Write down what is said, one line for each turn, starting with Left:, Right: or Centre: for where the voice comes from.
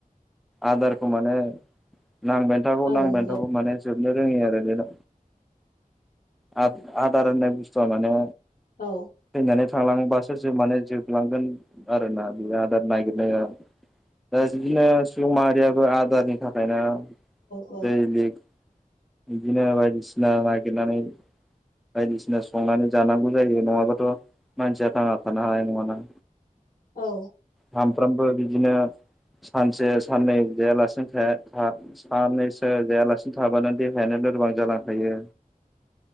Centre: आदारखौ मोनो नांबायानो थागौ
Left: औ
Centre: नांबायानो
Left: नंगौ
Centre: थागौ माने जोबनो रोङै आरो बेल' आ आदार होननाय बुस्थुआ माने
Left: औ
Centre: थैनानै थांलांबासो जो माने जोबलांगोन आरो ना बे आदार नागिरनाया दा जिबिया सुबुं माहारियाथ आदारनि थाखाय ना
Left: औ
Centre: दै बेग बिदिनो बायदिसिना नागिरनानै बायदिसिना संनानै जानांगौ जायो नङाबाथ' मानसिया थांना थानो हानाय नङाना
Left: औ
Centre: सामफ्रोमबो बिदिनो सानसे साननै जायालासिनो थाया था साननैसो जायालासिनो थाबानो देहायानो लोरबां जालांखायो
Left: <inaudible>